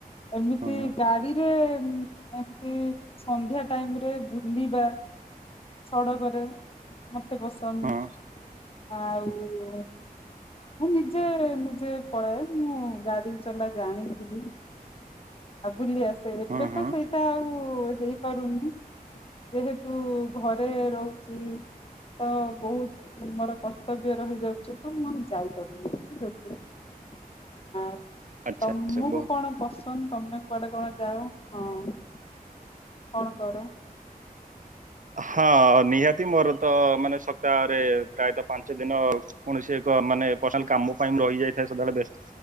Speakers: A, on the left; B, on the right.
A: ଏମିତି
B: ହୁଁ
A: ଗାଡିରେ ଏମତି ସନ୍ଧ୍ୟା ଟାଇମ୍ ରେ ବୁଲିବା। ସଡ଼କରେ ମତେ ପସନ୍ଦ।
B: ହୁଁ
A: ଆଉ-ଉ-ଉ
B: ହ
A: ମୁଁ ନିଜେ ଏ ନିଜେ ପଳାଏ। ମୁଁ ଗାଡି ଚଲା ଜାଣିଚିବି। ଆ ବୁଲି ଆସ୍। ସେ ଏବେ
B: ହୁଁ ହୁଁ
A: ତ ସେଇଟା ଆଉ ହେଇପାରୁନି, ଯେହେତୁ ଘରେ ରହୁଛି। ତ ବହୁତ ମୋର କର୍ତ୍ତବ୍ୟ ରହିଯାଉଛି। ତ ମୁଁ ଆଉ ଯାଇପାରୁନି ସେଥି ପାଇଁ। ହଁ।
B: ଆଚ୍ଛା
A: ତମକୁ
B: ଆଚ୍ଛା ବହୁତ
A: କଣ ପସନ୍ଦ? ତମେ କୁଆଡେ କଣ ଯାଅ? ହଁ। କଣ କର?
B: ହଁ, ନିହାତି ମୋର ତ ମାନେ ସପ୍ତାହରେ ପ୍ରାୟତଃ ପାଞ୍ଚ ଦିନ କୌଣସି କ ମାନେ ପର୍ଶନାଲ କାମ ପାଇଁ ମୁଁ ରହିଯାଇଥାଏ ସଦାବେଳେ ବ୍ୟସ।